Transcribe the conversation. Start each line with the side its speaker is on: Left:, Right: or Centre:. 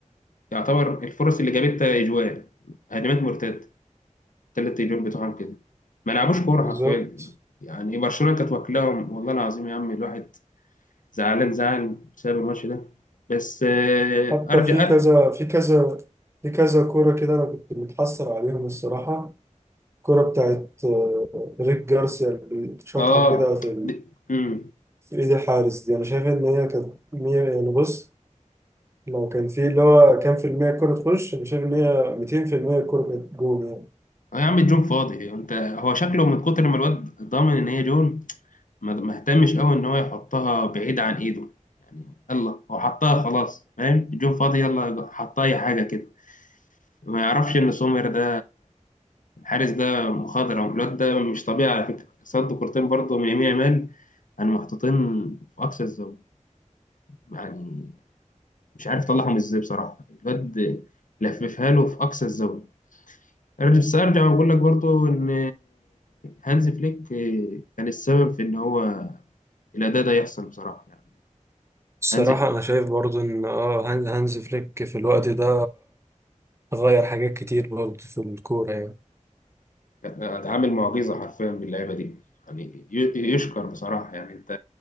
Left: يعتبر الفرص اللي جابتها أجوال هجمات مرتدة تلات أجوال بتوعهم كده ما لعبوش كورة
Right: بالظبط
Left: حرفيا يعني برشلونة كانت واكلاهم والله العظيم يا عم الواحد زعلان زعل بسبب الماتش ده بس آه،
Right: حتى
Left: أرجع
Right: في كذا
Left: أ-
Right: في كذا في كذا كورة كده أنا كنت متحسر عليهم الصراحة الكورة بتاعت آه، ريك جارسيا اللي شاطها
Left: آه
Right: كده في
Left: د... مم.
Right: في ايدي حارس دي انا شايف ان هي كانت 100 يعني بص لو كان في اللي هو كام في المية الكورة تخش انا شايف ان هي 200% الكورة كانت جول يعني
Left: اه يا عم الجون فاضي انت هو شكله من كتر ما الواد ضامن ان هي جون ما ما اهتمش قوي ان هو يحطها بعيد عن ايده يعني يلا هو حطها خلاص فاهم الجون فاضي يلا حطها اي حاجه كده ما يعرفش ان سومر ده الحارس ده مخضرم الواد ده مش طبيعي على فكره صد كورتين برضه من يمين يامال انا محطوطين في اقصى الزاويه يعني مش عارف اطلعهم ازاي بصراحه الواد لففها له في اقصى الزاويه ارجع بس ارجع واقول لك برضه ان هانز فليك كان السبب في ان هو الاداء ده يحصل بصراحه يعني
Right: الصراحة
Left: هانز
Right: أنا شايف برضو إن آه هانز هانز فليك في الوقت ده غير حاجات كتير برضو في الكورة يعني
Left: اتعامل معجزه حرفيا باللعيبه دي يعني ي- يشكر بصراحه يعني انت